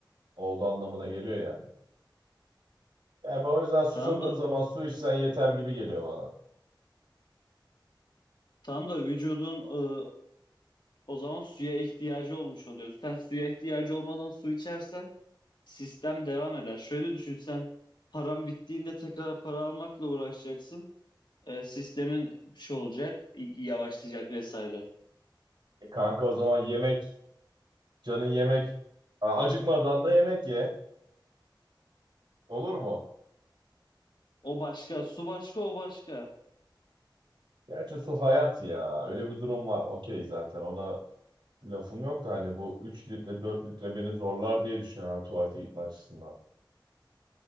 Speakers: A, on the right; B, on the left.
A: olduğu anlamına geliyor yani. Yani ben o yüzden susadığın
B: Tamam da
A: zaman su içsen yeter gibi geliyor bana.
B: tamam da vücudun e, o zaman suya ihtiyacı olmuş oluyor. Sen suya ihtiyacı olmadan su içersen sistem devam eder. Şöyle düşün sen paran bittiğinde tekrar para almakla uğraşacaksın. E, sistemin şey olacak, y- yavaşlayacak vesaire.
A: E kanka o zaman yemek, canın yemek, Aa, acıkmadan da yemek ye. Olur mu?
B: O başka, su başka, o başka.
A: Gerçi su hayat ya. Öyle bir durum var. Okey zaten ona lafım yok da hani bu 3 litre 4 litre beni zorlar diye düşünüyorum tuvalete gitme açısından.